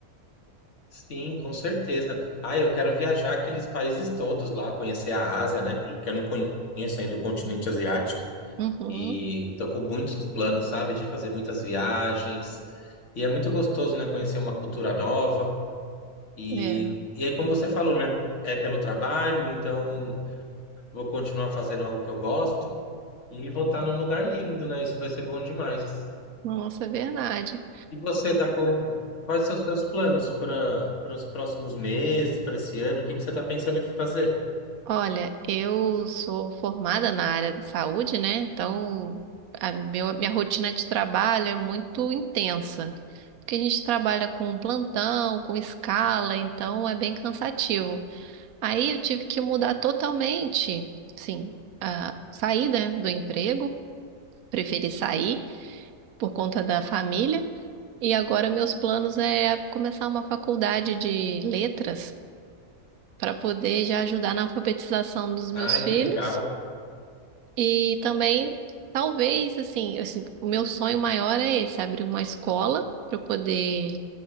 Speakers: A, on the left; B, on the right.
A: Sim, com certeza. Ah, eu quero viajar aqueles países todos lá, conhecer a Ásia, né? Que que eu não conheço ainda o continente asiático.
B: Uhum,
A: E tô com muitos planos, sabe? De fazer muitas viagens. E é muito gostoso, né? Conhecer uma cultura nova. E,
B: é.
A: e aí, como você falou, né? É pelo trabalho, então vou continuar fazendo algo que eu gosto e vou estar num lugar lindo, né? Isso vai ser bom demais.
B: Nossa, é verdade.
A: E você está com quais são os seus planos para para os próximos meses, para esse ano? O que que você está pensando em fazer?
B: Olha, eu sou formada na área da saúde, né? Então, a meu- minha rotina de trabalho é muito intensa, porque a gente trabalha com plantão, com escala, então é bem cansativo. Aí eu tive que mudar totalmente, sim, a sair, né, do emprego, preferi sair por conta da família, e agora meus planos é começar uma faculdade de letras para poder já ajudar na alfabetização dos meus
A: Ai,
B: filhos.
A: que legal.
B: E também, talvez, assim, assim, o meu sonho maior é esse, abrir uma escola para eu poder